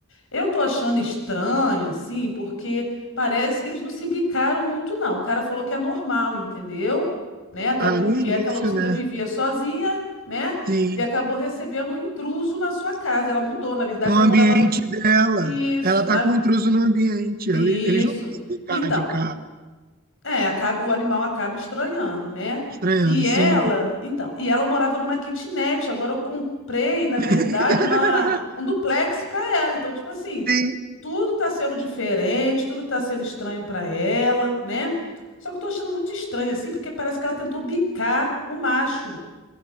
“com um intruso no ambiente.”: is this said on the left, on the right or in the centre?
Right